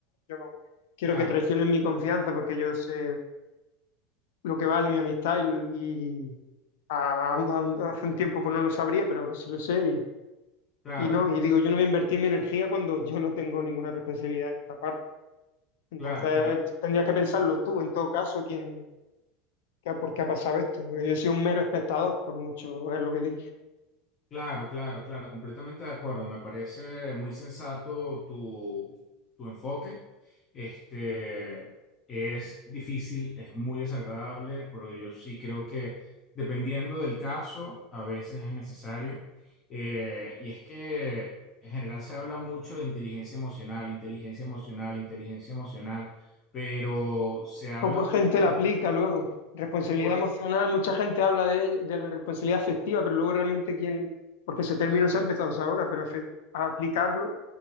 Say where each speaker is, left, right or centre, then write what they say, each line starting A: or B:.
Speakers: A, on the left (about 80°); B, on the left (about 25°).
A: yo no quiero
B: claro,
A: que traicionen mi confianza porque yo sé lo que vale mi amistad y, y a- a- a- hace un tiempo pues no lo sabría, pero ahora sí lo sé
B: claro,
A: y, y no, y digo, yo no voy a invertir mi energía cuando yo no tengo ninguna responsabilidad en esta parte. Entonces
B: claro, claro, claro.
A: tendrías que pensarlo tú, en todo caso, quién, qué- por qué ha pasado esto, porque yo soy un mero espectador, por mucho es lo que digo.
B: Claro, claro, claro, completamente de acuerdo. Me parece muy sensato tu, tu enfoque. Este es difícil, es muy desagradable, pero yo sí creo que dependiendo del caso, a veces es necesario. Eh, y es que en general se habla mucho de inteligencia emocional, inteligencia emocional, inteligencia emocional, pero se habla
A: Poca gente
B: poco
A: la
B: de
A: aplica luego. Responsabilidad
B: pro.
A: emocional, mucha gente habla de, ella- de la responsabilidad afectiva, pero luego realmente quién, porque ese término se ha empezado a usar ahora, pero afe- a aplicarlo